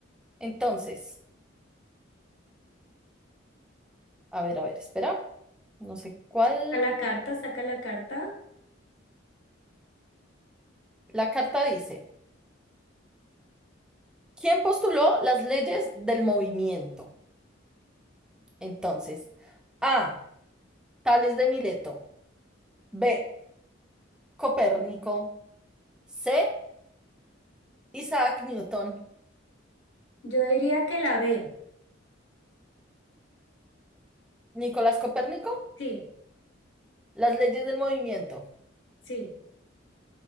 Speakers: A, in the centre; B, on the left (about 70°).
A: Entonces, a ver, a ver, espera. No sé cuál.
B: Saca la carta, saca la carta.
A: La carta dice, ¿quién postuló las leyes del movimiento? Entonces, A, Tales de Mileto, B, Copérnico, C, Isaac Newton,
B: Yo diría que la B.
A: Nicolás Copérnico,
B: Sí,
A: las leyes del movimiento.
B: sí.